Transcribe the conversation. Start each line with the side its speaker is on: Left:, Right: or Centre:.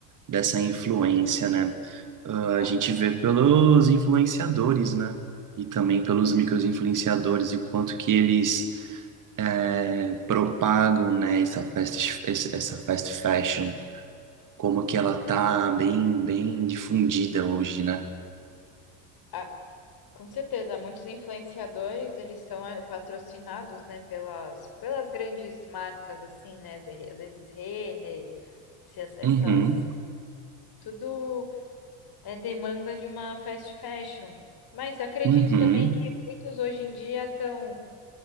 Right: dessa influência, né? Ah, a
Left: Ah,
Right: gente
Left: com
Right: vê pelos influenciadores, né? E também pelos micro-influenciadores e o quanto que eles eh, propagam, né, essa fast, esse- essa fast fashion, como que ela tá bem, bem difundida hoje, né?
Left: ah, com certeza, muitos influenciadores, eles são eh, patrocinados, né, pelas, pelas grandes marcas, assim, né? Às vezes Renner, se as- essas...
Right: Uhum,
Left: Tudo é demanda de uma fast fashion. Mas acredito
Right: uhum.
Left: também que muitos hoje em dia estão tão